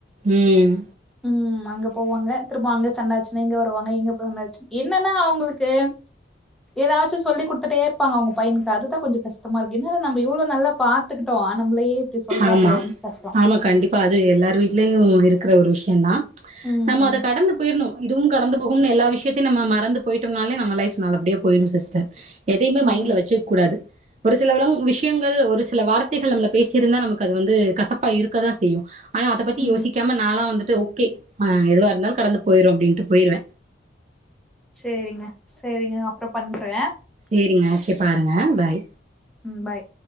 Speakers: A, on the right; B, in the centre.
A: ம்
B: ம் அங்க போவாங்க திரும்ப அங்க சண்ட ஆச்சுனா இங்க வருவாங்க எங்க போனாச்சு என்னனா அவுங்ளுக்கு எதாது சு சொல்லி குடுத்துட்டே இருப்பாங்க அவுங்க பையனுக்கு அதுதா கொஞ்ச கஷ்டமா இருக்கு என்னடா நம்ம இவ்ளோ நல்லா பாத்துகிட்டோ ஆ நம்மளயே இப்டி சொல்றாங்களேன்னு
A: ஆமா
B: கஷ்டோ
A: ஆமா கண்டிப்பா அது எல்லார் வீட்லயு இருக்கற ஒரு விஷயந்தா
B: ம்
A: நம்ம அத கடந்து போயிர்ணு இதுவும் கடந்து போகும்னு எல்லா விஷயத்தையு நம்ம மறந்து போய்ட்டம்னாலே நம்ம லைஃப் நல்லபடியா போயிடு சிஸ்டர் எதையுமே
B: ம்
A: மைண்ட்ல வச்சுக்க கூடாது ஒரு சில வில விஷயங்கள் ஒரு சில வார்த்தைகள் நம்மள பேசி இருந்தா நமக்கு அது வந்து கசப்பா இருக்கதா செய்யு ஆனா அத பத்தி
B: ம்
A: யோசிக்காம நாளா வந்துட்டு ஓகே ஆ எதுவா இருந்தாலு கடந்து போயிரு அப்டின் டு போயிருவ
B: சேரிங்க செரிங்க அப்புற பண்றே
A: சேரிங்க ஓகே பாருங்க பாய்
B: ம் பாய்